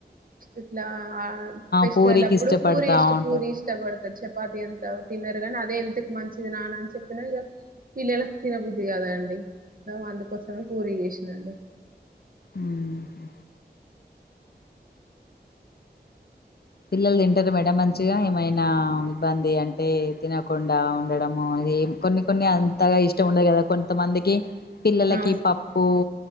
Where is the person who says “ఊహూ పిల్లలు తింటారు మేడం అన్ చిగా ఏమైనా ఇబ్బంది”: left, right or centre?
Left